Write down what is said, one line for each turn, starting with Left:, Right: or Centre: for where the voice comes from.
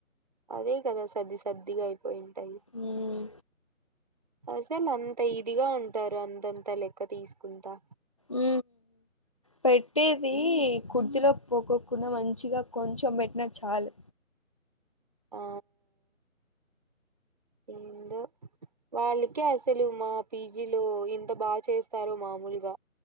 Right: అదే కదా సద్ది సద్దిగా అయిపోయి ఉంటాయి
Left: ఉమ్
Right: ఆస్ తేలే అంత ఇదిగా ఉంటారు అంత అంత లెక్క తీసుకుంటా
Left: ఉ పెట్టేది కుర్దిలో పోకోకుండా మంచిగా కొంచెం పెట్టిన చ చాలు
Right: ఆ ఎండో వాల్ కే అసలు మా పీజీలో ఎంత బాగ చేస్తారో మములుగ